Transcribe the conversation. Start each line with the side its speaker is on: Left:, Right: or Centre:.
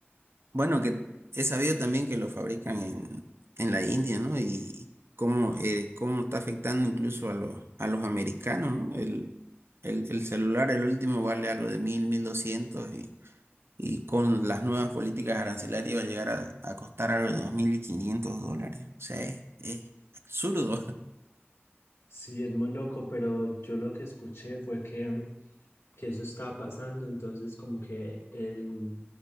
Right: Bueno, que he sabido también que lo fabrican en, en la India, ¿no? Y cómo, eh, cómo está afectando incluso a los, a los americanos, ¿no? El, el, el celular, el último, vale algo de mil, mil doscientos y, y con las nuevas políticas arancelarias va a llegar a, a costar algo de dos mil quinientos dólares. O sea, es, es absurdo.
Left: Sí, es muy loco, pero yo lo que escuché fue que que eso estaba pasando, entonces como que el,